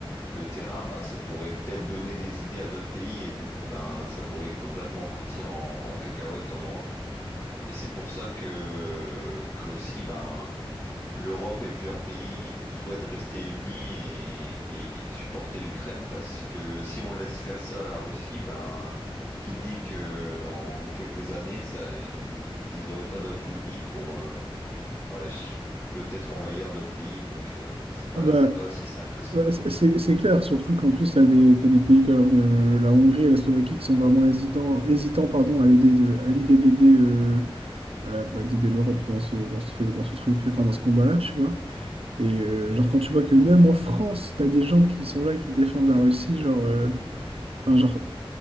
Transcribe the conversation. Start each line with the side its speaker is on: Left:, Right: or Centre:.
Left: le terrain, ben ça pourrait peut-être donner des idées à d'autres pays et du coup ben ça pourrait complètement partir en, en cacahuète en Europe. Et c'est pour ça que qu'aussi ben l'Europe et plusieurs pays souhaitent rester unis et, et- et supporter l'Ukraine parce que si on laisse faire ça à la Russie, ben qui dit que dans quelques années ça ils, ils auraient pas d'autres lubies pour euh, pour aller ch- peut-être envahir d'autres pays donc euh, c'est pas
Right: Ah bah,
Left: c'est pas si simple que ça.
Right: Ouais, c- C'est c'est clair, surtout qu'en plus, tu as des, t'as des pays comme euh, la Hongrie et la Slovaquie qui sont vraiment hésitants, hésitants pardon, à l'idée de- à l'idée d'aider euh, euh, bah, d'aider l'Europe dans ce, dans ce, dans ce truc, enfin, dans ce combat-là, tu vois. Et euh, genre, quand tu vois que même en France, tu as des gens qui sont là, qui défendent la Russie, genre, euh, enfin, genre